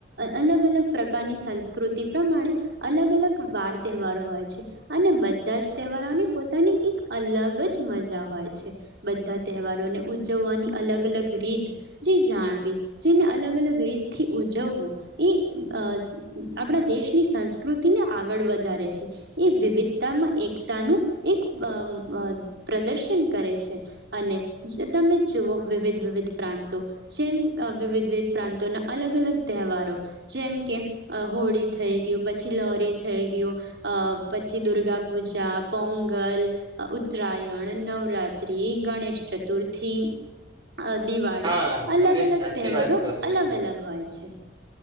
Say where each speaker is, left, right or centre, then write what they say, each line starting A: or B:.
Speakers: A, on the right; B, on the right.
A: અલગ-અલગ પ્રકારની સંસ્કૃતિ પ્રમાણે અલગ-અલગ વાર તહેવારો હોય છે અને બધા જ તહેવારોની પોતાની એક અલગ જ મજા હોય છે, બધા તહેવારોને ઉજવવાની અલગ-અલગ રીત જે જાણવી જેને અલગ અલગ રીતથી ઉજવવું, એ અ આપણા દેશની સંસ્કૃતિને આગળ વધારે છે, એ વિવિધતામાં એકતાનું એક બ અબ અ પ્રદર્શન કરે છે અને જ તમે જુઓ વિવિધ વિવિધ પ્રાંતો જેમ અ વિવિધ વિવિધ પ્રાંતોના અલગ-અલગ તહેવારો. જેમ કે અ હોળી થઈ ગયું, પછી લોરી થઈ ગયું, અ પછી દુર્ગા પૂજા, પોંગલ, ઉત્તરાયણ, નવરાત્રિ, ગણેશ ચતુર્થી અ દિવાળી.
B: હા
A: અલગ-અલગ
B: તમે સાચી
A: તહેવારો
B: વાત કરો
A: અલગ-અલગ
B: છો
A: હોય. છે.